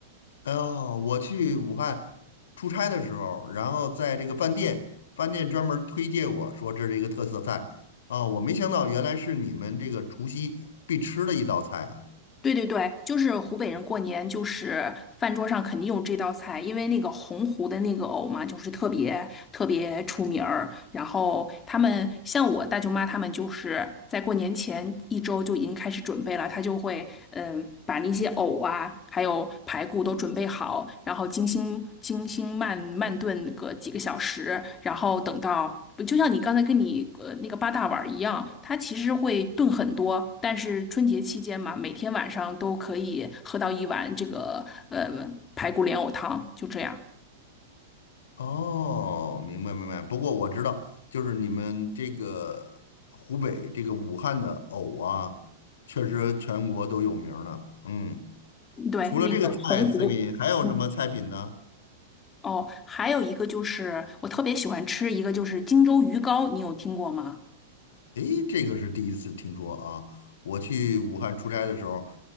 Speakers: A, on the left; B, on the left.
A: 哦，我去武汉出差的时候，然后在这个饭店，饭店专门推荐我说这是一个特色菜啊，我没想到原来是你们这个除夕必吃的一道菜啊。
B: 对对对，就是湖北人过年，就是饭桌上肯定有这道菜，因为那个洪湖的那个藕嘛，就是特别特别出名儿。然后他们像我大舅妈，他们就是在过年前一周就已经开始准备了，她就会嗯把那些藕啊，还有排骨都准备好，然后精心精心慢慢炖个几个小时，然后等到。就像你刚才跟你呃那个八大碗儿一样，它其实会炖很多，但是春节期间嘛，每天晚上都可以喝到一碗这个呃排骨莲藕汤，就这样。
A: 哦，明白明白。不过我知道，就是你们这个湖北这个武汉的藕啊，确实全国都有名儿呢。嗯。
B: 对，
A: 除了这个菜品，
B: 那个洪湖，
A: 还有什么菜品呢？
B: 嗯，哦，还有一个就是我特别喜欢吃一个就是荆州鱼糕，你有听过吗？
A: 诶，这个是第一次听说啊！我去武汉出差的时候，